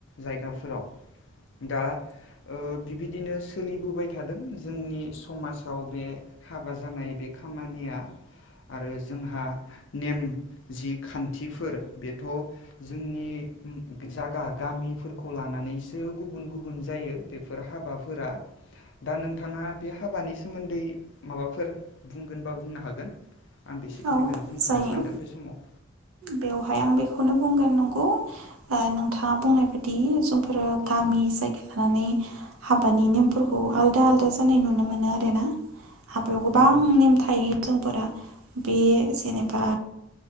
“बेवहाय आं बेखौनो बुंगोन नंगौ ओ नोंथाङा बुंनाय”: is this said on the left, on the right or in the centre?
Right